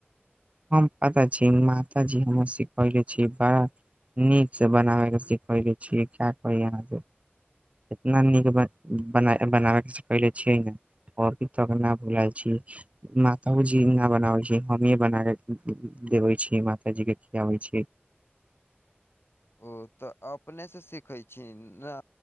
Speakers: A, on the right (about 30°); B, on the left (about 70°).
A: हम पता छी, मातााजी हमर सिखौले छी बा। नीकसँ बनाबैके सीखैके छिय क्या कही अहाँक। इतना नीक ब बना बनाबैके पहिले छियै ने। अभी तकक न बुलाल छी, मातो जी न बनावल छी, हमही बना एब। देबै छी, माता जी के खियाबै छी।
B: ओ तऽ अपने से सिखे छी ने,